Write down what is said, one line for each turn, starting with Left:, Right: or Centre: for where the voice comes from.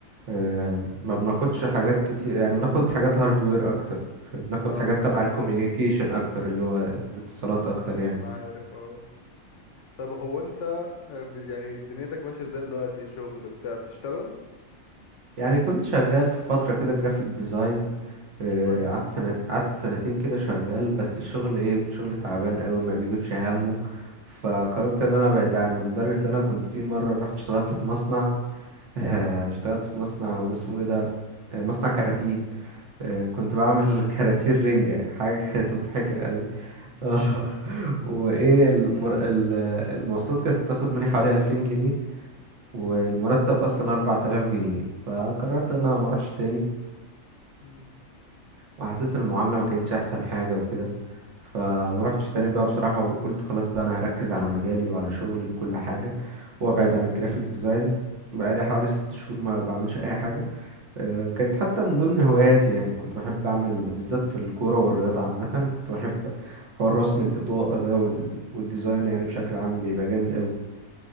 Right: آه ما بناخدش حاجات كتير يعني بناخد حاجات هاردوير اكتر بناخد
Left: اه
Right: حاجات
Left: انا
Right: تبع الكوميونيكيشن
Left: عارف
Right: اكتر اللي هو اتصالات اكتر يعني
Left: انا عارف اه طب هو انت آه، ب- يعني دنيتك ماشية ازاي دلوقتي شغل بتاع بتشتغل
Right: يعني كنت شغال في فترة كده جرافيك ديزاين آه،
Left: كويس
Right: قعدت سنة قعدت سنتين كده شغال بس الشغل ايه شغل تعبان قوي ما بيجيبش همه فقررت ان انا ابعد عنه لدرجة ان انا كنت في مرة رحت اشتغلت في مصنع <laughs> اشتغلت في مصنع اسمه ايه ده آه، مصنع كراتين
Left: مم.
Right: آه، كنت بعمل <laughs> كراتين رنجة حاجة كانت مضحكة قوي اه <laughs> وايه المر... ال- المواصلات كانت بتاخد مني حوالي 2000 جنيه والمرتب اصلا 4000 جنيه فقررت ان انا ما اروحش تاني
Left: مم.
Right: وحسيت ان المعامله ما كانتش احسن حاجه وكده فما روحتش تاني بقى بصراحه وقلت خلاص بقى انا هركز على مجالي وعلى شغلي وكل حاجه وابعد عن الجرافيك ديزاين بقالي حوالي ست شهور ما بعملش اي حاجه آه، كانت حتى من ضمن هواياتي يعني كنت بحب اعمل بالذات في الكوره والرياضه عامه كنت بحب حوار رسم الاضاءه ده وال- والديزاين يعني بشكل عام بيبقى جامد قوي